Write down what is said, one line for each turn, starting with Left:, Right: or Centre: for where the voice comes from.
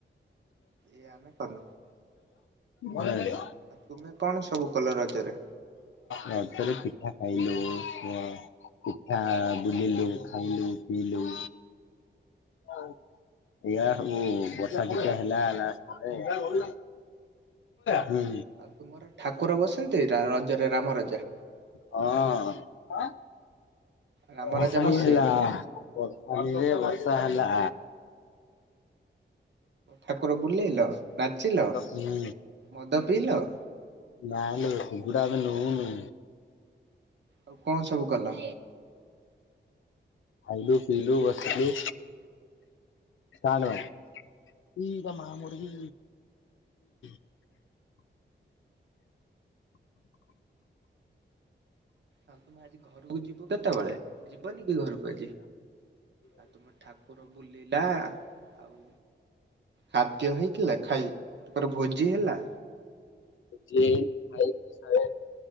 Right: ଏ ଆମେ କଲୁ
Left: ଭଲ ଲାଗିବ।
Right: ଆ ତୁମେ କଣ ସବୁ କଲ ରଜରେ?
Left: ରଜରେ ପିଠା ଖାଇଲୁ କୁହ। ପିଠା ବୁଲିଲୁ ଖାଇଲୁ ପିଇଲୁ। ଏଇଆ ସବୁ ବର୍ଷା ଫର୍ଷା ହେଲା ରାସ୍ତାରେ ହୁଁ
Right: ଆଉ ତୁମର ଠାକୁର ବସନ୍ତି ରଜରେ ରାମ ରଜା
Left: ହଁ
Right: ରାମ
Left: ଭଷାଣି
Right: ରାଜା ବସେ?
Left: ହେଲା। <inaudible> ବର୍ଷା ହେଲା।
Right: ଠାକୁର ବୁଲେଇଲ ନାଚିଲ
Left: ହୁଁ
Right: ମଦ ପିଇଲ
Left: ନାଁଲୋ ହେଗୁଡ଼ା ଆମେ ନଉନୁ।
Right: ଆଉ କଣ ସବୁ କଲ?
Left: ଖାଇଲୁ ପିଲୁ ବସିଲୁ। ଶଣିବ ତ ମାମର୍ଗ <unintelligible>
Right: ଆଉ ତୁମେ ଆଜି ଘରକୁ ଯିବ କେତେବେଳେ ଯିବନି କି ଘରକୁ ଆଜି ଆଉ ତୁମ ଠାକୁ ବୁଲିଲା ଆଉ ଖାଦ୍ୟ ହେଇଥିଲା? ଖାଇ ତାପରେ ଭୋଜି ହେଲା?
Left: <unintelligible> ଫାଇ ସେଭ